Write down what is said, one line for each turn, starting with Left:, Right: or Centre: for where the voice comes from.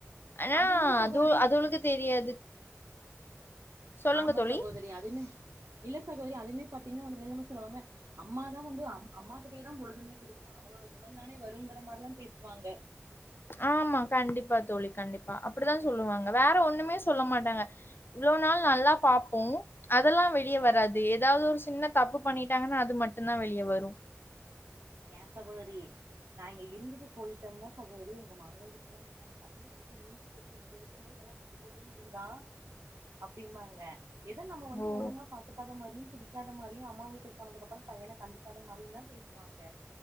Left: ஆனா
Right: அதுமே சகோதரி
Left: அது அது அவளுக்கு தெரியாது சொல்லுங்க
Right: ஆமா
Left: தோழி.
Right: சகோதரி அதுமே இல்ல சகோதரி அதுமே பாத்தீங்கனா வந்து என்ன தெரியுமா சொல்லுவாங்க அம்மா தா வந்து அம் அம்மா கிட்டயேதா பொழுதன்னைக்கு இருக்கிறா அவளோட குணந்தானே வருங்கிற மாரிலா பேசுவாங்க
Left: ஆமா கண்டிப்பா தோழி கண்டிப்பா அப்டிதா சொல்லுவாங்க வேற ஒன்னுமே சொல்ல மாட்டாங்க இவ்ளோ நாள் நல்லா பாப்போ அதெல்லா வெளிய வராது எதாவ்து ஒரு சின்ன தப்பு பண்ணிட்டாங்கனா அது மட்டுந்தா வெளிய வரு
Right: ஏ சகோதரி நாங்க இருந்துட்டு போயிட்டம்னா சகோதரி எங்க மாமியா கிட்டலா கேட்டாங்க பைய அப்டி நெஞ்சு போயிட்டு இங்க இருக்கு போது நல்லா பொட்டு போட்டுன்னு இருந்தான் அப்டிம்பாங்க எத நம்ம வந்து
Left: ஓ!
Right: ஒழுங்கா பாத்துக்காத மாரியும் பிடிக்காத மாரியும் அம்மா வீட்டுக்கு போனதுக்கு அப்பறோ பையன கண்டுக்காத மாரியு தா பேசுவாங்க